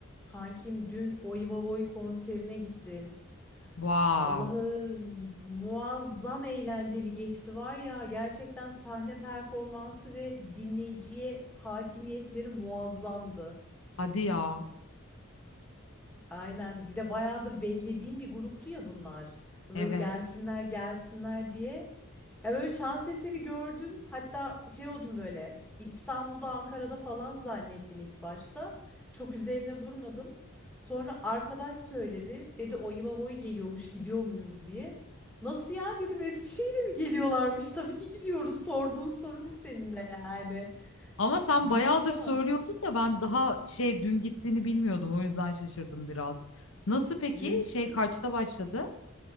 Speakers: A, in the centre; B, on the left.
A: Kankim dün Oivavoy konserine gittim.
B: Wow.
A: Allah'ım muazzam eğlenceli geçti var ya gerçekten sahne performansı ve dinleyiciye hakimiyetleri muazzamdı.
B: Hadi ya.
A: Aynen. Bir de bayağıdır beklediğim bir gruptu ya bunlar. Böyle
B: Evet.
A: gelsinler gelsinler diye. Ya böyle şans eseri gördüm. Hatta şey oldum böyle. İstanbul'da, Ankara'da falan zannettim ilk başta. Çok üzerine durmadım. Sonra arkadaş söyledi. Dedi o Voy geliyormuş gidiyor muyuz diye. Nasıl ya dedim Eskişehir'e mi geliyorlarmış? Tabii ki gidiyoruz. Sorduğun soru mu senin de yani.
B: Ama sen
A: Gittik
B: bayağıdır
A: ama
B: söylüyordun da ben daha şey dün gittiğini bilmiyordum. O yüzden şaşırdım biraz. Nasıl peki?
A: dün.
B: Şey kaçta başladı?